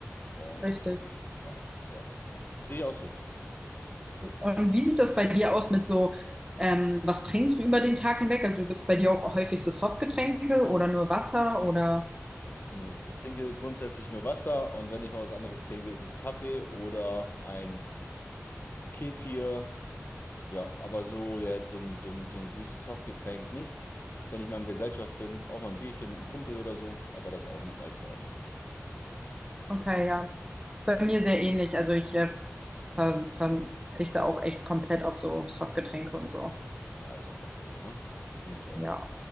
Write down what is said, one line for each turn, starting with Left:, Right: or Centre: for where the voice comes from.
Left: Und
Right: Richtig.
Left: ja, ja. Sehe ich auch so.
Right: Und wie sieht das bei dir aus mit so, ähm, was trinkst du über den Tag hinweg? Also gibt es bei dir auch häufig so Softgetränke oder nur Wasser oder?
Left: Nee, ich trinke grundsätzlich nur Wasser und wenn ich mal was anderes trinke, ist es Kaffee oder ein Kefir. Ja, aber so jetzt so ein, so ein, so ein süßes Softgetränk nicht. Wenn ich mal in Gesellschaft bin, auch mal ein Bierchen mit einem Kumpel oder so, aber das auch nicht allzu oft.
Right: Okay, ja. Bei mir sehr ähnlich. Also ich äh, ver verzichte auch echt komplett auf so Softgetränke und so.
Left: Ja, ist auch besser so, ne? Finde ich auch.
Right: Ja,